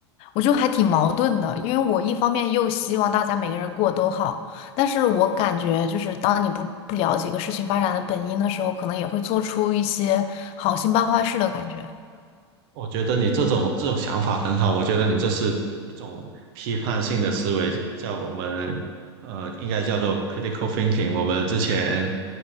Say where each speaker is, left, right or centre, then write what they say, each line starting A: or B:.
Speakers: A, on the left; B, on the right.
A: 我就还挺矛盾的，因为我一方面又希望大家每个人过得都好，但是我感觉就是当你不不了解一个事情发展的本因的时候，可能也会做出一些好心办坏事的感觉。
B: 我觉得你这种这种想法很好，我觉得你这是一种批判性的思维，叫我们呃，应该叫做 critical thinking。我们之前